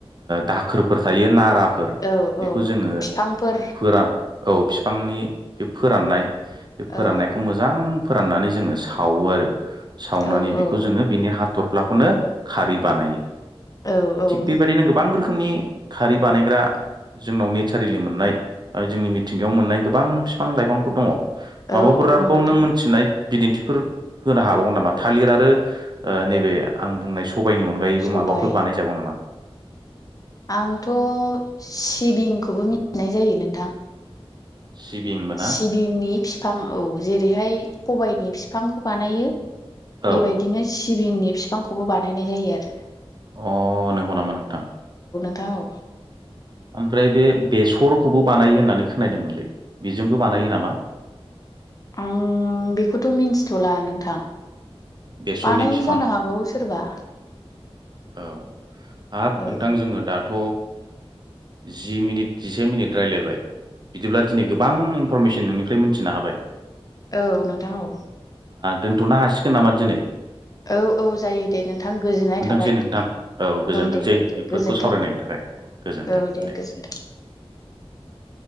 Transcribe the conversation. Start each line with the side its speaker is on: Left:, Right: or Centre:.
Right: दाखोरफोर थायो नारा फोर
Left: औ
Right: बेखौ
Left: औ
Right: जोङो
Left: बिफांफोर
Right: फोरान औ बिफांनि बे फोराननाय बे
Left: औ
Right: फोराननायखौ
Left: औ
Right: मोजां फोराननानै जोङो सावो आरो सावनानै
Left: औ
Right: बेखौ
Left: औ
Right: जोङो बिनि हाथर फ्लाखौनो खारै बानायो
Left: औ औ
Right: थिग बेबायदिनो गोबां रोखोम नि खारै बानायग्रा जोंनाव नेचारेलि मोननाय जोंनि मिथिंगायाव मोननाय गोबां बिफां लाइफांफोर दङ। माबाफोर
Left: औ दङ
Right: आरोबाव
Left: नोंथां
Right: नों मिथिनाय बिदिन्थिफोर होनो हाबावगौ नामा थालिर आरो नैबे आं बुंनाय सम सबायाइनि अनगायैबो
Left: सबाय
Right: माबाफोर बानाय जागौ नामा?
Left: आंथ' सिबिंखौबो मिथिनाय जायो नोंथां।
Right: सिबिंबो ना
Left: सिबिंनि फिफां औ जेरैहाय सबायनि बिफांखौ बानायो।
Right: औ
Left: बेबायदिनो सिबिंनि बिफांखौबो बानायनाय जायो आरो
Right: अ नंगौ नामा नोंथां।
Left: थां ओ।
Right: ओमफ्राय बे बेसरखौबो बानायो होननानै खोनादोंमोनलै बेजोंबो बानायो नामा? <unintelligible>
Left: आं बेखौथ' मिन्थिथ'ला नोंथां।
Right: बेसरनि
Left: बानायो
Right: बिफां
Left: जानो हागौ सोरबा।
Right: औ हाब
Left: औ
Right: नोंथां जोङो दाथ' जि मिनिट जिसे मिनिट रायलायबाय। बिदिब्ला दिनै गोबां इनफरमेसन नोंनिफ्राय मोनथिनो हाबाय।
Left: औ नोंथां औ।
Right: दोन्थ'नो हासिगोन नामा दिनै?
Left: औ औ जायो दे नोंथां गोजोननाय थाबाय।
Right: जे नोंथां औ गोजोनथोंसै
Left: दे दे दे
Right: बेफोरखौ
Left: गोजोन्थों
Right: सावरायनायनि थाखाय गोजोनथों
Left: औ
Right: दे।
Left: गोजोन्थों